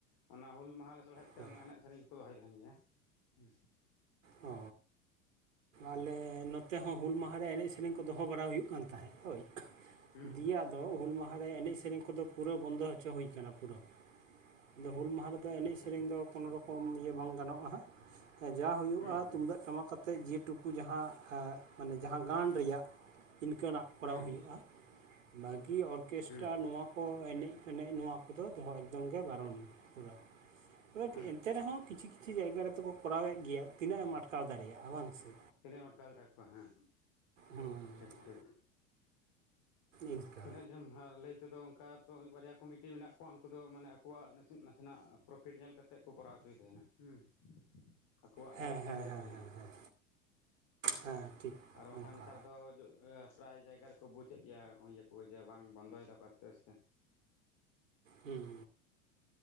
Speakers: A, on the left; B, on the right.
A: ᱚᱱᱟ ᱦᱩᱞ ᱢᱟᱦᱟ ᱞᱮᱥᱟᱲᱦᱮᱫ ᱛᱮ
B: ᱦᱮᱸ
A: ᱚᱱᱟ ᱮᱱᱮᱜ ᱥᱮᱨᱮᱧ ᱫᱚᱠᱚ ᱫᱚᱦᱚᱭ ᱛᱟᱦᱮᱸᱱ ᱜᱮᱭᱟ᱾ ᱦᱩ
B: ᱚ ᱟᱞᱮ ᱱᱚᱛᱮ ᱦᱚᱸ ᱦᱩᱞ ᱢᱟᱦᱟ ᱨᱮ ᱮᱱᱮᱡ ᱥᱮ ᱨᱮᱧ ᱠᱚ ᱫᱚᱦᱚ ᱵᱟᱲᱟ ᱦᱩᱭᱩᱜ ᱠᱟᱱ ᱛᱟᱦᱮᱸ ᱦᱳᱭ
A: ᱦᱩᱸ
B: ᱫᱤᱭᱮ
A: ᱦᱩᱸ
B: ᱟᱫᱚ ᱦᱩᱞ ᱢᱟᱦᱟ ᱨᱮ ᱮᱱᱮᱡ ᱥᱮᱨᱮᱧ ᱠᱚᱫᱚ ᱯᱩᱨᱟᱹ ᱵᱚᱱᱫᱚ ᱦᱚᱪᱚ ᱦᱩᱭ ᱠᱟᱱᱟ ᱯᱩᱨᱟᱹ ᱟᱫᱚ ᱦᱩᱞ ᱢᱟᱦᱟ ᱫᱚ ᱮᱱᱮᱡ
A: ᱟᱪᱪᱷᱟ
B: ᱥᱮᱨᱮᱧ ᱫᱚ ᱠᱳᱱᱳ ᱨᱚᱠᱚᱢ ᱜᱮ ᱵᱟᱝ ᱜᱟᱱᱚᱜᱼᱟ ᱦᱟᱸᱜ ᱡᱟ ᱦᱩᱭᱩᱜ
A: ᱦᱩᱸ ᱦᱩᱸ
B: ᱛᱩᱢᱫᱟᱹᱜ ᱴᱟᱢᱟᱠ ᱟᱛᱮᱜ ᱡᱮ ᱴᱩᱠᱩ ᱡᱟᱦᱟᱸ ᱢᱟᱱᱮ ᱡᱟᱦᱟᱸ ᱜᱟᱱ ᱨᱮᱭᱟᱜ ᱤᱱᱠᱟᱹᱱᱟᱜ᱾ ᱠᱚᱨᱟᱣ
A: ᱦᱩᱸ
B: ᱦᱩᱭᱩᱜᱼᱟ,
A: ᱦᱩᱸ
B: ᱵᱟᱠᱤ ᱚᱨᱠᱮᱥᱴᱨ
A: ᱦᱩᱸ
B: ᱱᱚᱣᱟ ᱠᱚ ᱮᱱᱮᱡ ᱯᱷᱮᱱᱮᱡ ᱱᱚᱣᱟ ᱠᱚᱫᱚ ᱫᱚᱦᱚ ᱮᱠᱫᱚᱢ ᱜᱮ ᱵᱟᱨᱚᱱ ᱯᱩᱨᱟ᱾ ᱛᱚᱵᱮᱠ
A: ᱦᱩᱸ
B: ᱮᱱᱛᱮ
A: ᱦᱩᱸ
B: ᱨᱮᱦᱚᱸ ᱠᱤᱪᱷᱩ ᱠᱤᱪᱷᱩ ᱡᱟᱭᱜᱟ ᱨᱮᱫᱚ ᱠᱚ ᱠᱚᱨᱟᱣᱮᱫ ᱜᱮᱭᱟ, ᱛᱤᱱᱟᱹᱜ ᱮᱢ ᱟᱴᱠᱟᱣ ᱫᱟᱲᱮᱭᱟᱜᱼᱟ ᱵᱟᱝ ᱥᱮ᱾
A: ᱛᱤᱱᱟᱹᱜ ᱮᱢ ᱟᱴᱠᱟᱣ ᱫᱟᱲᱮᱭᱟᱠᱚᱣᱟ ᱦᱮᱸ
B: ᱦᱮᱸ
A: ᱴᱷᱤᱠ ᱴᱷᱤᱠ᱾
B: ᱤᱱᱠᱟᱹ
A: ᱛᱤᱱᱟᱹᱜ ᱜᱮᱢ ᱟᱨ ᱞᱟᱹᱭ ᱛᱮᱫᱚ ᱠᱟ ᱛᱚ ᱢᱤᱜ ᱵᱟᱨᱭᱟ ᱠᱚᱢᱤᱴᱤ ᱢᱮᱱᱟᱜ ᱠᱚᱣᱟ ᱩᱱᱠᱩ ᱫᱚ ᱢᱟᱱᱮ ᱟᱠᱚᱣᱟᱜ ᱱᱟᱥᱮ ᱱᱟᱥᱮᱱᱟᱜ ᱯᱨᱚᱯᱷᱤᱴ ᱧᱮᱞ ᱠᱟᱛ ᱛᱮᱜ ᱠᱚ ᱠᱚᱨᱟᱣ ᱚᱪᱩᱭ ᱛᱟᱦᱮᱱᱟᱸ ᱦᱩᱸ ᱟᱠᱚᱣᱟᱜ
B: ᱦᱮᱸ
A: ᱤᱭᱟᱹ
B: ᱦᱮᱸ
A: ᱥᱩᱵᱤᱫᱟ
B: ᱦᱮᱸ
A: ᱠᱚ ᱧᱮᱞᱟ᱾
B: ᱦᱮᱸ ᱦᱮᱸ ᱦᱮᱸ ᱴᱷᱤᱠ
A: ᱟᱨ ᱵᱟᱠᱷᱟᱱ
B: ᱚᱱᱠᱟ
A: ᱱᱮᱛᱟᱨ ᱫᱚ ᱡᱚ ᱮ ᱯᱨᱟᱭ ᱡᱟᱭᱜᱟ ᱨᱮᱠᱚ ᱵᱩᱡᱮᱜ ᱜᱮᱭᱟ ᱦᱚᱸᱜᱼᱚᱭ ᱤᱭᱟᱹᱠᱚ ᱡᱮ ᱵᱟᱝ ᱵᱚᱱᱫᱚᱭ ᱫᱟᱠᱚ ᱟᱥᱛᱮ ᱟᱥᱛᱮ᱾
B: ᱦᱩᱸ